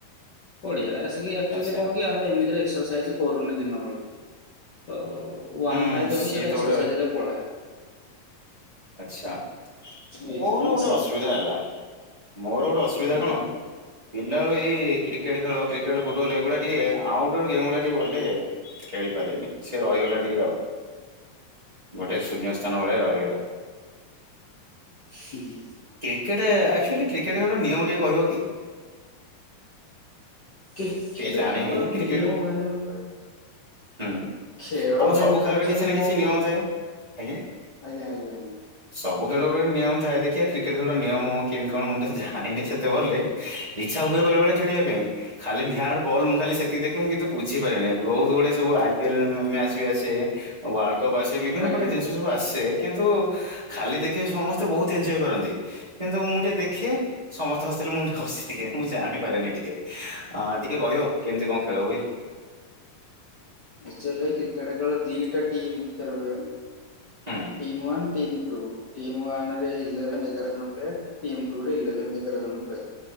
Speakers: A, on the left; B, on the right.
A: ପଡିଆରେ ଆସିକି ଆକ୍ଚୁଆଲି
B: ଆଚ୍ଛା।
A: କଣ କି ଆମେ ଏମିତିରେ ଏକ୍ସରସାଇଜ କରୁନି ଦିନ ବଳେ। ତ ୱାନ୍
B: ହୁଁ
A: ଟା ବି ହବ
B: ସିଏ
A: ସେଇଟା
B: ତ
A: ଏକ୍ସରସାଇଜ
B: ଗୋଟେ
A: ରେ ପଳାଏ।
B: ଆଚ୍ଛା। ମୋର
A: ଏଇଥିପାଇଁ
B: ଗୋଟେ
A: ଆସିବା
B: ଅସୁବିଧା
A: କଥା
B: ହେଲା ମୋର ଗୋଟେ ଅସୁବିଧା
A: ଆଜ୍ଞା
B: କଣ ପିଲାବେଳୁ ଏଇ କ୍ରିକେଟ ଖେଳ କ୍ରିକେଟ ଫୁଟବଲ୍ ଏଇଗୁଡା ଟିକେ ଆଉଟ୍ଡୋର୍ ଗେମ୍ ଗୁଡା ଟିକେ ଭଲ ଲାଗେ। ଖେଳି ପାରିଲନି ସେ ରହିଗଲା ଟିକେ ଆଉ ଗୋଟେ ଶୂନ୍ୟ ସ୍ଥାନ ଭଳିଆ ରହିଗଲା।
A: ହୁଁ।
B: କ୍ରିକେଟ ଆକ୍ଚୁଆଲି କ୍ରିକେଟ ଖେଳର ନିୟମ ଟିକେ କହିବ କି?
A: କ୍ରିକେଟ
B: ଟିକେ ଜାଣିନି
A: ଛାଡ଼
B: କ୍ରିକେଟ
A: ନିୟମ କହିଲୁ ଗୋଟେ
B: ହୁଁ
A: ଖେଳ
B: ଆମ
A: ଭାଇ
B: ସବୁ ଖେଳରେ
A: ଆଚୁଆଲି
B: କିଛି ନା
A: କଣ
B: କିଛି
A: ଗୋଟେ
B: ନିୟମ ଥାଏ ଆଜ୍ଞା।
A: ଆଜ୍ଞା ଆଜ୍ଞା ଆଜ୍ଞା।
B: ସବୁ ଖେଳ ରେ ଗୋଟେ ନିୟମଥାଏ ଦେଖିବା କ୍ରିକେ ଗୋଟେ ନିୟମ କେମିତି କଣ ମୁଁ ତ ଜାଣିନି ସେତେ ବଲେ ଇଚଛା ହୁଏ ବେଳେବେଳେ ଖେଳିବା ପାଇଁ ଖାଲି ଯାହାର ବଲ୍ ମୁଁ ଖାଲି ସେତିକି ଦେଖିବି କିନ୍ତୁ ବୁଝିପାରିନି ବହୁତ ଗୁଡେ ସବୁ ଆଇ ପିଏଲ ମ୍ୟାଚ୍ ବି ଆସେ। ୱାର୍ଲଡ କପ୍ ଆସେ ବିଭିନ୍ନ
A: ଆଜ୍ଞା
B: ପ୍ରକାର ଜିନିଷ ସବୁ ଆସେ କିନ୍ତୁ ଖାଲି ଦେଖି ସମସ୍ତେ ବହୁତ ଏଞଜୟ କରନ୍ତି କିନ୍ତୁ ମୁଁ ଟିକେ ଦେଖେ ସମସ୍ତେ ହସିଦେଲେ ମୁଁ ଟିକେ ହସିଦିଏ ଦିଏ ମୁଁ ଜାଣିପାରେନି ଟିକେ। ହଁ ଟିକେ କହିବ କେମିତି କଣ ଖେଳ ହୁଏ?
A: <unintelligible> କ୍ରିକେଟ ଖେଳ ଦିଟା ଟିମ୍ ଭିତରେ ହୁଏ।
B: ହୁଁ
A: team one team two. Team one ରେ ଇଲେଭେନ ଏଗାର ଜଣ ପ୍ଲେୟର ଟିମ୍ ଟୁ ରେ ଇଲେଭେନ ଏଗାରଜ ଜଣ ପ୍ଲେୟର।